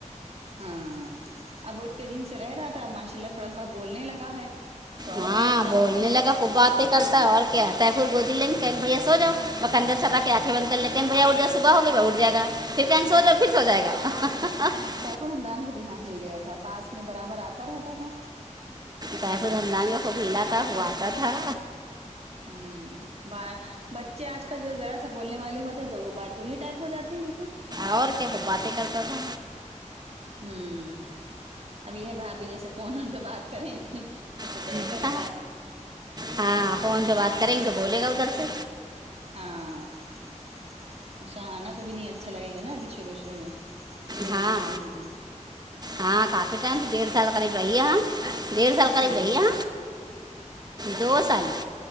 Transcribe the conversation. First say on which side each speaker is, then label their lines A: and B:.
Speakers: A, on the right; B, on the right.
A: ہاں اب وہ اتے دن سے رہ رہا تھا اب ماشاء اللہ تھوڑا تھوڑا بولنے لگا ہے تو اور
B: ہاں
A: وہ لگتا
B: بولنے
A: ہوگا
B: لگا خوب بات کرتا ہے اور کیا طیفور گودی لیں گے بھیا سو جاؤ بس کندھے سر کے آنکھیں بند کرر لیں کہگے بھیا اٹھ جاو صبح ہو گی با اٹ جائے گا پھر کہیں سو جائےا پھر سو جائے گا
A: طیفور رمدان کو بھی یہاں ہل گیا تھا پاس میں برابر آتا رہتا تھا
B: پطیفور
A: ہوں
B: ہمدان خوب ہلا تھا وہ آتا تھا
A: ہوں بائے بچے آج کل جو ذرا سا بولنے والے ہوتے ہیں تو وہ باتونی ٹائپ ہو جاتے ہیں بالکل
B: اور کیا خوب باتیں کرتا تھا
A: ہوں اب یہ بھابھی جیسے فون اون پہ بات کریں تو چاہے
B: تھا
A: کرے بات
B: ہاں فون پہ بات کریں گے تو بولے گا ادھر سے
A: ہاں شہانہ کو بھی نہیں اچھا لگے گا نا ابھی شروع شروع میں اتنے
B: ہاں
A: دن سے ایں ج
B: ہاں کافی ٹائم ڈیڑھ سال قریب رہیے ہاں ڈیڑھ سال قریب
A: ہوں
B: رہیے ہ دو سال